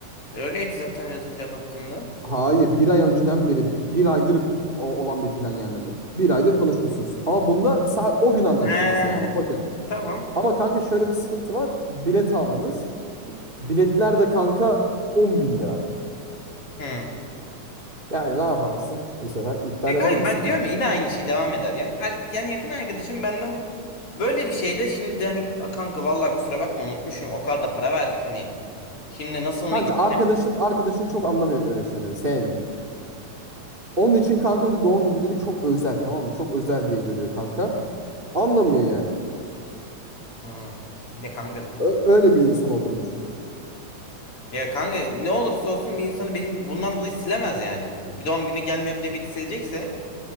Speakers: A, on the left (about 45°); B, on the right (about 20°).
A: öyleydi zaten biraz önce anlattığında.
B: Hayır bir ay önceden beri bir aydır o- olan bir plan yani bu. Bir aydır konuşmuşsunuz. Ama bunda sa- o gün anlaştınız
A: He,
B: yani o gün.
A: tamam.
B: Ama kanka şöyle bir sıkıntı var. Bilet aldınız. Biletler de kanka 10 bin lira.
A: Hı.
B: Yani ne yaparsın bu sefer? İptal
A: Pekala
B: eder misin?
A: ben diyorum
B: beni?
A: ya yine aynı şey devam eder. Yani, er- yani yakın arkadaşım benden böyle bir şeyde şimdi hani "A kanka vallahi kusura bakma unutmuşum o kadar da para verdik hani. Şimdi nasıl onu
B: Kanka
A: git?
B: arkadaşın arkadaşın çok anlamıyor böyle şeyleri. Sevmiyor. Onun için kanka bir de doğum günleri çok özel tamam mı? Çok özel diye görüyor kanka. Anlamıyor yani.
A: Hı. De kanka
B: Ö- öyle bir insan olduğunu düşün.
A: ya kanka ne olursa olsun bir insanı benim bundan dolayı silemez yani. Bir doğum günü gelmiyorum diye beni silecekse